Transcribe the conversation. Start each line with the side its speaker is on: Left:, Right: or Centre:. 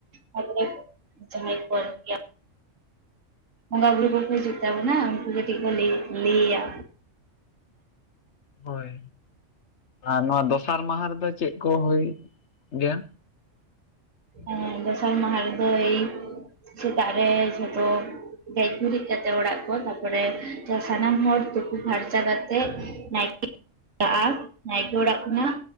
Right: <unintelligible> ᱡᱟᱦᱟᱸᱭ <unintelligible> ᱵᱚᱸᱜᱟ ᱵᱩᱨᱩ ᱠᱚᱠᱚ ᱦᱤᱡᱩᱜ ᱛᱟᱵᱚᱱᱟ ᱩᱱᱠᱩ ᱠᱟᱹᱴᱤᱡ ᱠᱚ ᱞᱚᱟᱹᱭ ᱞᱟᱹᱭᱟ
Left: ᱦᱳᱭ ᱟᱨ ᱱᱚᱣᱟ ᱫᱚᱥᱟᱨ ᱢᱟᱦᱟ ᱨᱮᱫᱚ ᱪᱮᱫ ᱠᱚ ᱦᱳᱭ ᱜᱮᱭᱟ?
Right: ᱮ ᱫᱚᱥᱟᱨ ᱢᱟᱦᱟ ᱨᱮᱫᱚ ᱮᱭ ᱥᱮᱛᱟᱜ ᱨᱮ ᱡᱷᱚᱛᱚ ᱜᱮᱡ ᱜᱩᱨᱤᱡ ᱠᱟᱛᱮᱜ ᱚᱲᱟᱜ ᱠᱚ ᱛᱟᱨᱯᱚᱨᱮ ᱥᱟᱱᱟᱢ ᱦᱚᱲ ᱛᱩᱯᱩ ᱯᱷᱟᱨᱪᱟ ᱠᱟᱛᱮᱜ᱾ <unintelligible> ᱱᱟᱭᱠᱮ ᱚᱲᱟᱜ ᱠᱷᱚᱱᱟᱜ